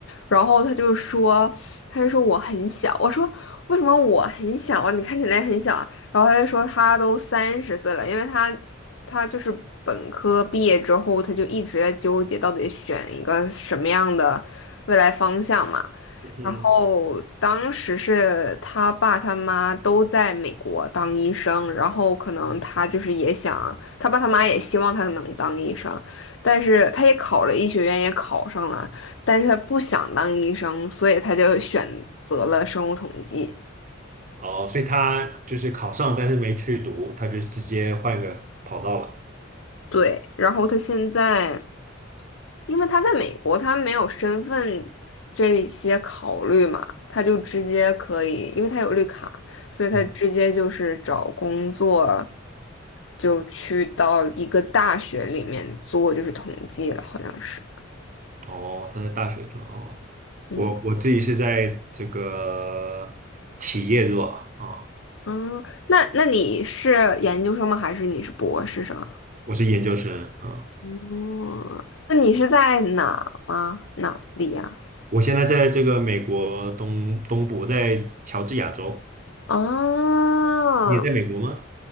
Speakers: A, on the left (about 70°); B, on the right (about 40°).
A: 然后他就说，他就说我很小，我说为什么我很小啊？你看起来很小啊。然后他就说他都三十岁了，因为他他就是本科毕业之后，他就一直在纠结到底选一个什么样的未来方向嘛。
B: 嗯，
A: 然后当时是他爸他妈都在美国当医生，然后可能他就是也想，他爸他妈也希望他能当医生，但是他也考了医学院，也考上了，但是他不想当医生，所以他就选择了生物统计。
B: 哦，所以他就是考上，但是没去读，他就直接换一个跑道了。
A: 对，然后他现在。因为他在美国，他没有身份这些考虑嘛，他就直接可以，因为他有绿卡，所以他直接就是找工作，
B: 嗯，
A: 就去到一个大学里面做，就是统计了，好像是。
B: 哦，他在大学做哦，
A: 嗯
B: 我我自己是在这个企业做啊，
A: 嗯，那那你是研究生吗？还是你是博士生啊？
B: 我是研究生啊，
A: 嗯，那你是在哪吗？哪里呀？
B: 我现在在这个美国东东部，在乔治亚州。
A: 哦，
B: 你也在美国吗？